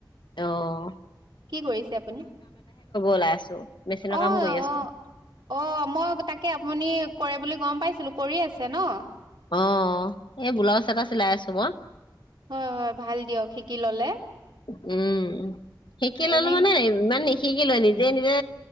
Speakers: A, on the left; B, on the right.
A: অঁ
B: কি কৰিছে আপুনি?
A: ওলাই আছো মেচিনৰ
B: অ
A: কাম কৰি আছো
B: অ অ মই তাকে আপুনি। কৰে বুলি গম পাইছিলো। কৰি আছে ন?
A: অ এই ব্লাউজ এটা চিলাই আছোঁ মই।
B: হয় হয় ভাল দিয়ক শিকি ললে।।
A: উম, শিকি ললো
B: এনে
A: মানে ইমান নিহি। শিকি লয় নিজে নিজে